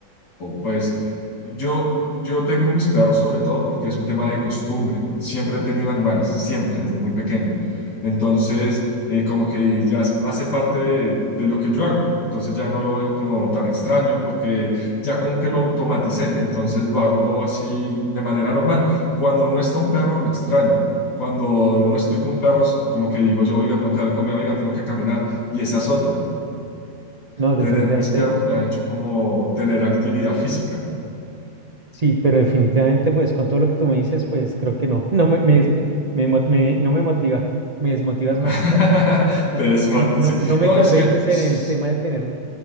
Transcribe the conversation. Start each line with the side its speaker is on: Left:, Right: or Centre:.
Left: pues yo, yo tengo mis perros sobre todo porque es un tema de costumbre. Siempre he tenido animales, siempre, desde muy pequeño. Entonces, eh, como que ya es- hace parte de, de lo que yo hago. Entonces ya no lo veo como tan extraño porque ya como que lo automaticé, entonces lo hago así de manera normal. Cuando no está un perro, lo extraño. Cuando no estoy con perros, como que digo yo, oiga, tengo que darle comida, oiga, tengo que caminar. Y esa es otra
Right: No, definitivamente,
Left: tener mis perros me ha hecho como tener actividad física.
Right: sí, pero definitivamente, pues con todo lo que tú me dices, pues creo que no, <laughs> no me, me, des- me, me mo- me- no me motiva, me desmotivas
Left: <laughs>
Right: más. <laughs> No,
Left: Te desmot-
Right: no, no,
Left: sí.
Right: no me
Left: No,
Right: convences
Left: es que es,
Right: en el tema de tener